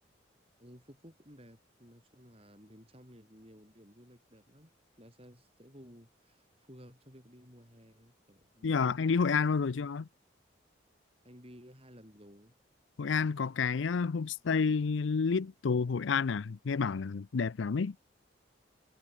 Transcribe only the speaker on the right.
ừ Phú Quốc cũng đẹp nói chung là miền trong thì nhiều điểm du lịch đẹp lắm nó sẽ sẽ phù phù hợp cho việc đi mùa hè kiểu đi
biển
xong
rồi- anh đi hai lần rồi